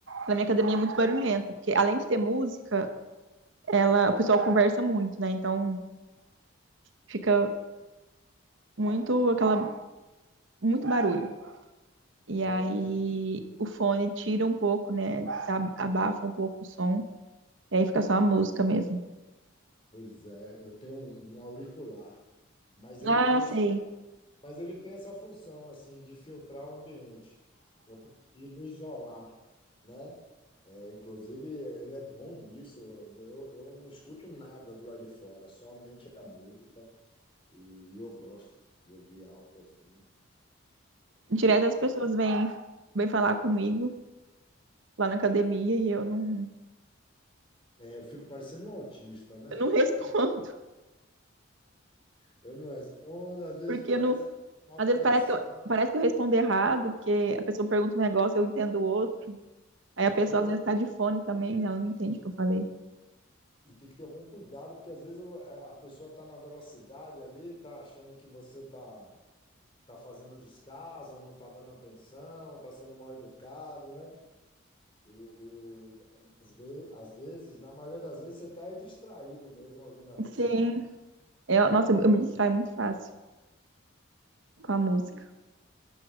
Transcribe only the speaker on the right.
Na minha academia é muito
barulhenta, porque além de ter música, ela, o pessoal conversa muito, né? Então fica muito aquela, muito barulho. E aí
o fone tira um pouco, né? Ab- Abafa um pouco o som, e aí fica só a música mesmo.
Ah,
sei.
Direto as pessoas vêm, vêm falar comigo lá na academia e eu não,
eu não <laughs> respondo,
porque
eu não
Às vezes parece que eu, parece que eu respondo errado, porque a pessoa pergunta um negócio, eu entendo o outro. Aí a pessoa
às vezes tá de fone também, né? ela não entende o que eu falei.
Sim, eu, nossa, eu me distraio muito fácil com a música.